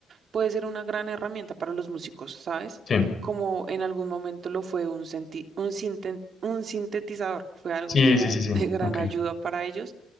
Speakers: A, on the right; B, on the left.
A: puede ser una gran herramienta para los músicos, ¿sabes?
B: Sí,
A: Como en algún momento lo fue un, senti- un, sinten- un sintetizador, fue algo
B: sí,
A: como
B: sí, sí, sí.
A: <laughs> de gran
B: Ok,
A: ayuda para ellos,